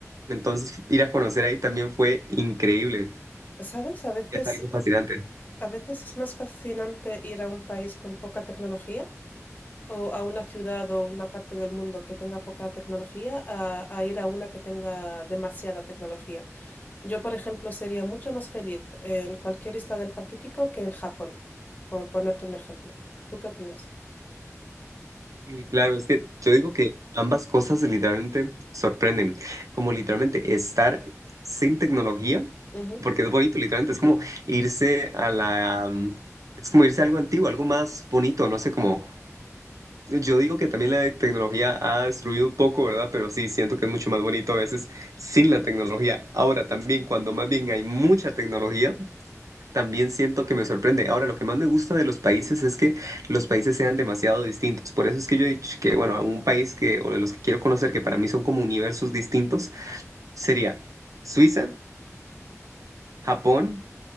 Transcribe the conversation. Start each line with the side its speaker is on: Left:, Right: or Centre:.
Right: Entonces, <laughs> ir a conocer ahí también fue increíble.
Left: ¿Sabes? A veces,
Right: Es algo fascinante.
Left: a veces es más fascinante ir a un país con poca tecnología o a una ciudad o una parte del mundo que tenga poca tecnología a, a ir a una que tenga demasiada tecnología. Yo, por ejemplo, sería mucho más feliz en cualquier isla del Pacífico que en Japón, por ponerte un ejemplo. ¿Tú qué opinas?
Right: Y claro, es que yo digo que ambas cosas literalmente sorprenden. Como literalmente estar sin tecnología,
Left: Ujú,
Right: porque es bonito, literalmente. Es como irse a la... um, Es como irse a algo antiguo, algo más bonito, no sé, como Yo digo que también la tecnología ha destruido un poco, ¿verdad? Pero sí, siento que es mucho más bonito a veces sin la tecnología. Ahora también, cuando más bien hay mucha tecnología, también siento que me sorprende. Ahora, lo que más me gusta de los países es que los países sean demasiado distintos. Por eso es que yo he dicho que, bueno, un país que, o de los que quiero conocer, que para mí son como universos distintos, sería Suiza, Japón,